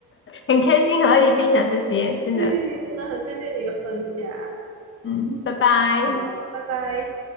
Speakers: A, on the left; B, on the right.
A: 很开心和你分享这些，
B: <laughs>
A: 真的，
B: 对，真的很谢谢你的分享。
A: 嗯，拜拜。
B: 好，拜拜。